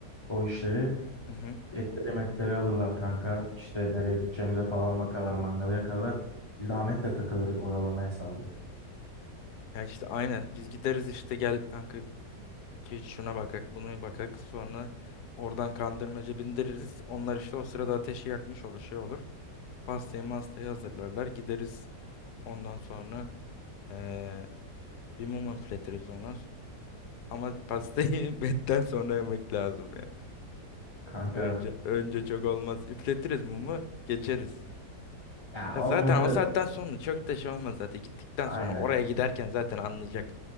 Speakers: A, on the left; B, on the left.
A: O işleri.
B: hı hı.
A: Etleri metleri alırlar kanka. İşte nereye gideceğimize falan bakarlar. Mangalı yakarlar. Biz de Ahmet'le takılırız oyalama hesabı.
B: Ya işte aynen biz gideriz işte gel kanka iki üç şuna bakak bunu bakak sonra oradan kandırmaca bindiririz. Onlar işte o sırada ateşi yakmış olur şey olur. Pastayı mastayı hazırlarlar gideriz ondan sonra eee, bir mum üfletiriz ona Ama pastayı <laughs> betten sonra yemek lazım ya.
A: Kanka
B: Önce önce çok olmaz. Üfletiriz mumu, geçeriz.
A: ya
B: Ya zaten
A: olmadı.
B: o saatten sonra çok da şey olmaz zaten. Gittikten sonra
A: Aynen.
B: oraya giderken zaten anlayacak.